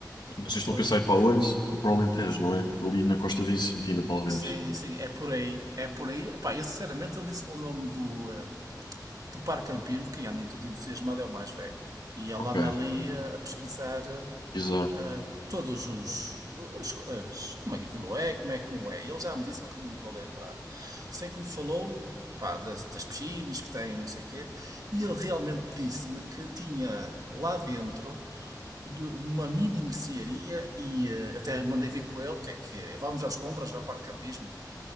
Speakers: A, on the left (about 80°); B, on the right (about 55°).
A: Vocês estão
B: Pois,
A: a pensar em
B: claro.
A: ir para onde? Para o Alentejo, não é? Ali na Costa Vicentina, talvez.
B: Sim, sim, é por aí. É por aí. Opá, eu sinceramente ele disse-me o nome do, eh, de parcampismo, porque anda em tudo entusiasmado é o mais velho. E ele
A: Ok,
B: anda ali a pesquisar
A: exato.
B: ah, todos os. as as- como é que aquilo é, como é que não é. Ele já me disse, só que eu não me estou a lembrar. Sei que me falou pá, das, das piscinas que tem, não sei o quê, e ele realmente disse-me que tinha lá dentro de uma mini mercearia e eh, até mandei vir com ele que, é, que é, vamos às compras ao parcampismo